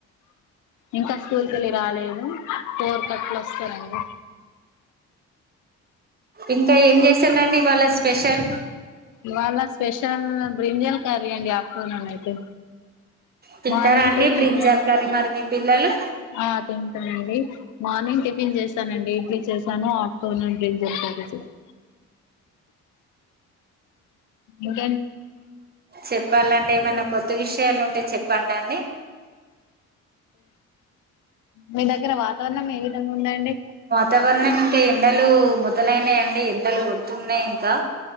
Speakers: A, on the left; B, on the right.
A: ఇంకా స్కూల్కిళ్ళి రాలేదు ఫోర్ కట్ల వస్తారండి.
B: ఇంకా ఏం చేసాందండి ఇవాళ స్పెషల్
A: ఇవాళ స్పెషల్ బ్రింజాల కర్రీ అండి ఆఫ్టర్ నూన్ అయితే
B: తింటారా
A: మార్నింగ్
B: అండి
A: టిఫిన్
B: బ్రింజాల కర్రీ మరి మీ పిల్లలు
A: ఆ తింటారండి మార్నింగ్ టిఫిన్ చేసి నండి ఇడ్లీ చేశాను ఆఫ్టర్నూన్ బ్రింజాల్ కర్రీ చేస్తాను ఉమ్
B: చెప్పాలండి ఏమన్నా కొత్త విషయాలు ఉంటే చెప్పండి అడి
A: మీ దగ్గర వాతావరణం ఏ విధంగా ఉందండి
B: వాతావరణం ఇంకా ఎండలు మొదలైనాయండి ఎండలు కొడుతున్నాయి ఇంకా